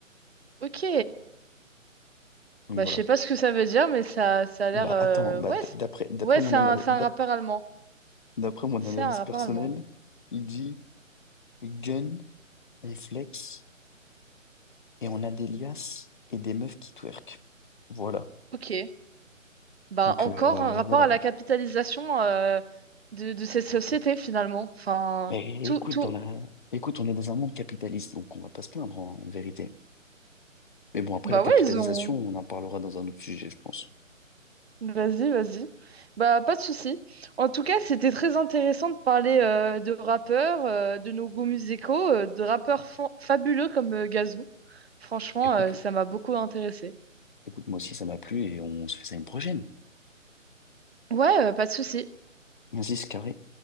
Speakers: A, on the right; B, on the left.
A: Ok,
B: Donc
A: bah
B: voilà.
A: je sais pas ce que ça veut dire, mais ça, ça a l'air...
B: Bah
A: euh,
B: attends, bah,
A: Ouais,
B: d-
A: c'est-
B: d'après d'après
A: ouais, c'est
B: mon analyse
A: un, c'est un rappeur allemand.
B: d'après mon
A: C'est
B: analyse
A: un rappeur
B: personnelle,
A: allemand.
B: il dit gun, on flex et on a des liasses et des meufs qui twerk. Voilà.
A: Ok, bah
B: Donc
A: encore
B: euh,
A: un rapport
B: voilà.
A: à la capitalisation euh, de, de cette société, finalement. Enfin,
B: Mais
A: tout,
B: écoute,
A: tout...
B: dans la écoute, on est dans un monde capitaliste, donc on va pas se plaindre en, en vérité. Mais bon, après
A: Bah
B: la capitalisation,
A: ouais, ils ont...
B: on en parlera dans un autre sujet, je pense.
A: Vas-y, vas-y. Bah, pas de souci. En tout cas, c'était très intéressant de parler euh, de rappeurs, euh, de nos goûts musicaux, euh, de rappeurs fa- fabuleux comme euh, Gazou. Franchement,
B: Écoute,
A: euh, ça m'a beaucoup intéressé.
B: écoute, moi aussi ça m'a plu et on se fait ça une prochaine.
A: Ouais, euh, pas de souci.
B: Vas-y, c'est carré.